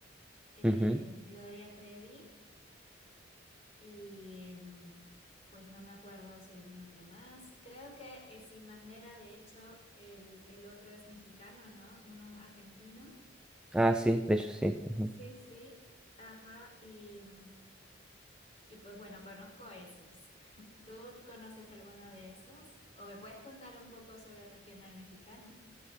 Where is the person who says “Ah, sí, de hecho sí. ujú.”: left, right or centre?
Centre